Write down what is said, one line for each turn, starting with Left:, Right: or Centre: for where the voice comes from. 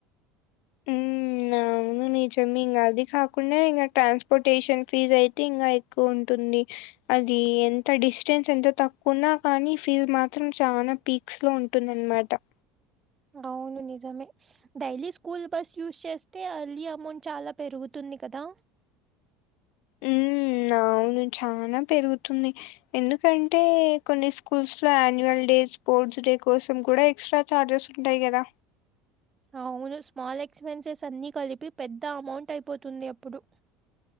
Left: ఉమ్ ఆ అవును నిజమే ఇంగ అది కాకుండా ఇంకా ట్రాన్స్పోర్టేషన్ ఫీజ్ అయితే ఇంకా ఎక్కువ ఉంటుంది అది ఎంత డిస్టెన్స్ ఎంత తక్కుఉన్నా కానీ ఫీజ్ మాత్రం చాల పీక్స్ లో ఉంటుంది అ న్నమాట
Right: అవును నిజమే డైలీ స్కూల్ బస్ యూస్ చేస్తే అర్లీ అమౌంట్ చాల పెరుగుతుంది కదా
Left: ఉ అవును చాన పెరుగుతుంది ఎందుకంటే కొన్ని స్కూల్స్ లో అన్యువల్ డేస్ స్పోర్ట్స్ డే కోసం కూడా ఎక్స్ట్రా చార్జెస్ ఉంటాయి గద
Right: అవును స్మాల్ ఎక్స్పెన్సెస్ అన్ని కలిపి పెద్ద అమౌంట్ అయిపోతుంది అప్పుడు